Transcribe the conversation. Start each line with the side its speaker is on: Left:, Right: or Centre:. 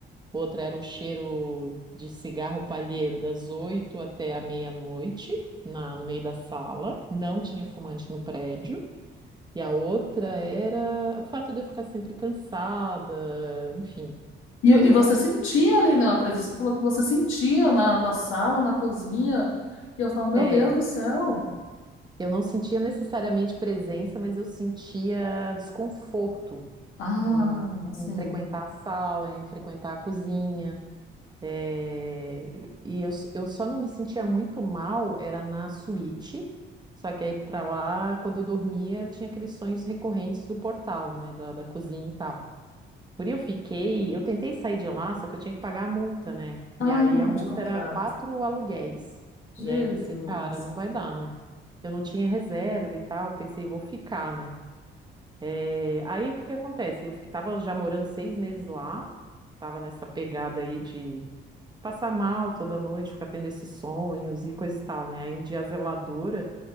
Right: Outra era o cheiro de cigarro palheiro das oito até a meia-noite, na, no meio da sala. Não tinha fumante no prédio. E a outra era o fato de eu ficar sempre cansada, enfim.
Left: E, e você sentia ali, né, a presença, você falou que você sentia na, na sala, na cozinha, e eu falo, meu
Right: É,
Left: Deus do céu.
Right: eu não sentia necessariamente presença, mas eu sentia desconforto
Left: Ah,
Right: em, em
Left: sim.
Right: frequentar a sala, em frequentar a cozinha. É, e eu, eu só não me sentia muito mal, era na suíte, só que aí pra lá, quando eu dormia, eu tinha aqueles sonhos recorrentes do portal, né, da, da cozinha e tal. Por aí eu fiquei, eu tentei sair de lá, só que eu tinha que pagar a multa, né?
Left: Ah,
Right: E aí a multa
Left: de contrato.
Right: era quatro aluguéis.
Left: Jesus.
Right: E aí eu pensei, cara, não vai dar, né? Eu não tinha reserva e tal, pensei, vou ficar, né? É, aí o que que acontece? Eu fiquei- tava já morando seis meses lá, tava nessa pegada aí de passar mal toda noite, ficar tendo esses sonhos e coisa e tal, né? Aí um dia a zeladora,